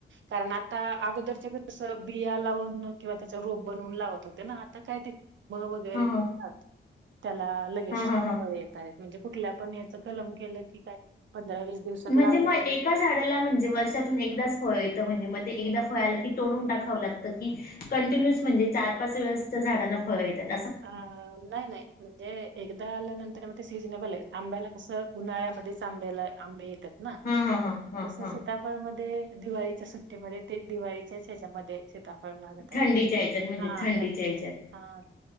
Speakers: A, on the right; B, on the left.
A: कारण आता अगोदरच्या बिया लावून. त्याचा रोप बनवून लावत होते ना आता काय ते? म वगैरे
B: हा हा
A: करतात. त्याला लगेच
B: हा हा हा
A: येत आहेत. म्हणजे कुठल्या पण याच कलम केलं की काय- पंधरा वीस दिवसात
B: म्हणजे
A: लावलं
B: मग
A: तरी
B: एका झाडाला म्हणजे वर्षातून एकदाच फळ येतं म्हणजे म एकदा फळाला की तोडून टाकावं लागतं की कंटिन्युअस म्हणजे चार पाच वेळेसच्या झाडांना फळ येतखथ
A: अ नाही नाही म्हणजे एकदा आल्यानंतर मग ते सिझनेबल आहे आंब्याला कसं उन्हाळ्यामध्येच आंब्याला आंबे येतात ना
B: हा हा हा हा
A: तस
B: हा.
A: सिताफळ मधे दिवाळीच्या सुट्टीमध्ये ते दिवाळीच्याच ह्याच्यामध्ये शेता फळ लागतय
B: थंडीच्या
A: आता
B: याच्यात म्हणजे
A: हा
B: थंडीच्या
A: टच
B: याच्यात
A: <unintelligible> हा